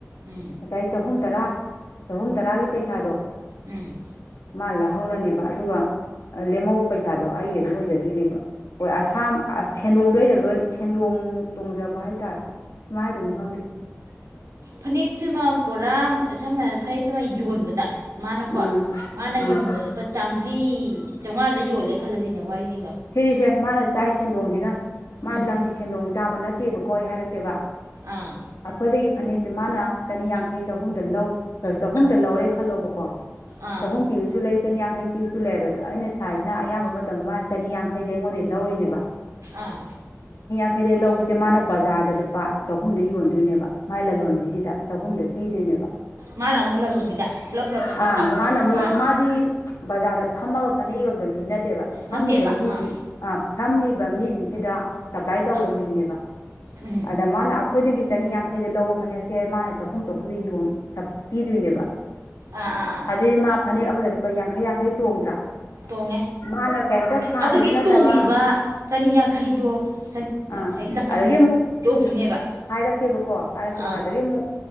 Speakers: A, on the right (about 85°); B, on the left (about 80°).
A: ꯎꯝ
B: ꯉꯁꯥꯏ ꯆꯍꯨꯝ ꯇꯔꯥ ꯆꯍꯨꯝ ꯇꯔꯥꯒꯤ ꯄꯩꯁꯥꯗꯣ
A: ꯎꯝ
B: ꯃꯥꯜ ꯂꯧꯍꯧꯔꯅꯦꯕ ꯑꯗꯨꯒ ꯂꯦꯝꯍꯧꯕ ꯄꯩꯁꯥꯗꯣ ꯑꯩꯒꯤ ꯑꯗꯨꯝ ꯑꯣꯏꯖꯥꯗꯣꯏꯅꯦꯕ ꯑꯁꯥ ꯁꯦꯟꯗꯣꯡꯗꯣ ꯑꯩꯅ ꯂꯣꯏ ꯁꯦꯟꯗꯣꯡ ꯇꯣꯡꯖꯕ ꯍꯥꯏꯇꯥꯔꯦ ꯀꯃꯥꯏ ꯍꯥꯅꯗꯣꯏꯅꯣ ꯈꯪꯗꯦ
A: ꯐꯅꯦꯛ ꯆꯤꯃꯥ ꯁꯝꯅ ꯍꯥꯏꯔꯕꯗ ꯐꯅꯦꯛꯇꯨꯃ ꯌꯣꯟꯕꯗ ꯃꯥꯅꯀꯣ
B: ꯎꯝ
A: ꯃꯥꯅ
B: ꯎꯝ
A: ꯌꯣꯟꯕꯗ ꯂꯨꯄꯥ ꯆꯥꯝꯃꯔꯤ ꯆꯥꯝꯃꯉꯥꯗ ꯌꯣꯜꯂꯦ ꯈꯜꯂꯁꯤꯅꯦ ꯋꯥꯔꯤꯅꯤ
B: ꯁꯤꯅꯝꯁꯦ ꯃꯥꯅ ꯆꯥꯏ ꯁꯦꯟꯗꯣꯡꯁꯤꯅ ꯃꯥ
A: ꯎꯝ
B: ꯂꯪꯒꯤ ꯁꯦꯟꯗꯣꯡ ꯆꯥꯕ ꯅꯠꯇꯦꯕꯀꯣ ꯑꯩ ꯍꯥꯏꯔꯛꯀꯦꯕ
A: ꯑꯥ
B: ꯑꯩꯈꯣꯏꯗꯒꯤ ꯐꯅꯦꯛꯁꯦ ꯃꯥꯅ ꯆꯅꯤ ꯌꯥꯡꯈꯩ ꯆꯍꯨꯝꯗ ꯂꯧ ꯆꯍꯨꯝꯗ ꯂꯧꯔꯦ ꯈꯜꯂꯣꯕꯀꯣ
A: ꯑꯥ
B: ꯆꯍꯨꯝ ꯄꯤꯔꯁꯨ ꯂꯩ ꯆꯅꯤꯌꯥꯡꯈꯩ ꯄꯤꯕꯁꯨ ꯂꯩꯑꯕ ꯑꯗꯣ ꯑꯩꯅ ꯁꯔꯁꯤꯅ ꯑꯌꯥꯝꯕ ꯃꯇꯝꯗ ꯃꯥ ꯆꯅꯤꯌꯥꯡꯈꯩꯗꯤ ꯑꯩꯉꯣꯟꯗꯤ ꯂꯧꯔꯤꯅꯦꯕ
A: ꯑꯥ
B: ꯀꯩꯗꯩ ꯂꯧꯕꯁꯦ ꯃꯥꯅ ꯕꯖꯥꯔꯗ ꯂꯨꯄꯥ ꯆꯍꯨꯝꯗ ꯌꯣꯟꯗꯣꯏꯅꯦꯕ ꯃꯥꯏ ꯂꯂꯣꯟꯕꯤꯁꯤꯗ ꯆꯍꯨꯝꯗ ꯄꯤꯗꯣꯏꯅꯦꯕ
A: ꯃꯥꯅ ꯑꯃꯨꯛ ꯂꯂꯣꯟꯕꯤꯗ ꯄꯨꯂꯞ ꯄꯨꯂꯞ ꯊꯥꯗꯣꯛꯄ
B: ꯑꯥ ꯃꯥꯅ ꯑꯃꯨꯛ
A: ꯑꯥ
B: ꯃꯥꯗꯤ ꯕꯖꯥꯔꯗ ꯐꯝꯃꯒ ꯐꯅꯦꯛ ꯌꯣꯟꯕ ꯃꯤ ꯅꯠꯇꯦꯕ ꯐꯝꯃꯤꯕ
A: ꯅꯠꯇꯦꯕ
B: ꯃꯤꯁꯤꯡ
A: ꯑꯥ
B: ꯑ ꯐꯝꯃꯤꯕ ꯃꯤꯁꯤꯡꯁꯤꯗ ꯁꯄ꯭ꯂꯥꯏ ꯇꯧꯕ
A: ꯑꯥ
B: ꯃꯤꯅꯦꯕ
A: ꯎꯝ
B: ꯑꯗ ꯃꯥꯅ ꯑꯩꯈꯣꯏꯗꯒꯤ ꯆꯅꯤ ꯌꯥꯡꯈꯩꯗ ꯂꯧꯕ ꯐꯅꯦꯛꯁꯦ ꯃꯥꯅ ꯆꯍꯨꯝ ꯆꯍꯨꯝꯗ ꯌꯣꯟ ꯁ ꯄꯤꯗꯣꯏꯅꯦꯕ
A: ꯑꯥ ꯑꯥ ꯑꯥ
B: ꯑꯗꯨꯏꯗꯤ ꯃꯥ ꯐꯅꯦꯛ ꯑꯃꯗ ꯂꯨꯄꯥ ꯌꯥꯡꯈꯩ ꯌꯥꯡꯈꯩ ꯇꯣꯡꯗ꯭ꯔꯥ
A: ꯇꯣꯡꯉꯦ
B: ꯃꯥꯅ ꯀꯩꯝꯇ ꯁꯥꯕꯁꯨ
A: ꯑꯗꯨꯒꯤ
B: ꯅꯠꯇꯕ
A: ꯇꯣꯡꯉꯤꯕ ꯆꯅꯤꯌꯥꯡꯈꯩꯗꯣꯈꯩ
B: ꯑꯥ
A: ꯂꯝꯒꯤ
B: ꯑꯗꯒꯤ ꯑꯃꯨꯛ
A: ꯌꯧꯗꯣꯏꯅꯦꯕ
B: ꯍꯥꯏꯔꯛꯀꯦꯕꯀꯣ ꯍꯥꯏꯔꯛꯀꯦꯕ
A: ꯑꯥ
B: ꯑꯗꯒꯤ ꯑꯃꯨꯛ